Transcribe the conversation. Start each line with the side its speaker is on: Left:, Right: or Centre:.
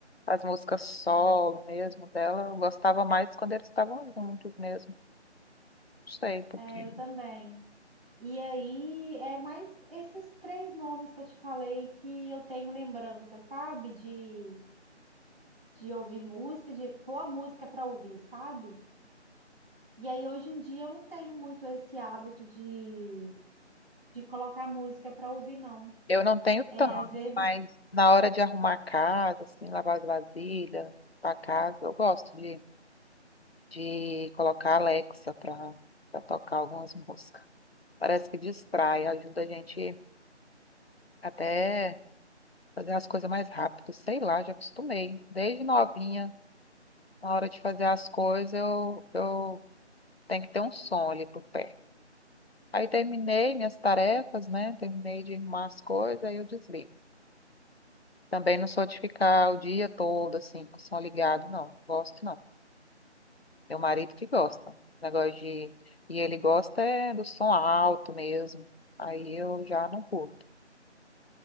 Left: as músicas solo mesmo dela. Eu gostava mais quando eles estavam juntos mesmo. Não sei porque
Right: É, eu também. E aí é mais esses três nomes que eu te falei que eu tenho lembrança, sabe? De de ouvir música, de pôr a música para ouvir, sabe? E aí hoje em dia eu não tenho muito esse hábito de, de colocar música para ouvir, não.
Left: Eu não tenho
Right: É,
Left: tanto,
Right: às vezes,
Left: mas na hora de arrumar a casa, assim, lavar as vasilhas, a casa, eu gosto de, de colocar a Alexa pra, pra tocar algumas músicas. Parece que distrai, ajuda a gente até. fazer as coisas mais rápido, sei lá, já acostumei. Desde novinha, na hora de fazer as coisas, eu, eu tenho que ter um som ali pro pé. Aí terminei minhas tarefas, né? Terminei de arrumar as coisas, aí eu desligo. Também não sou de ficar o dia todo assim, com o som ligado, não. Gosto não. Meu marido que gosta. Negócio de. E ele gosta é do som alto mesmo. Aí eu já não curto.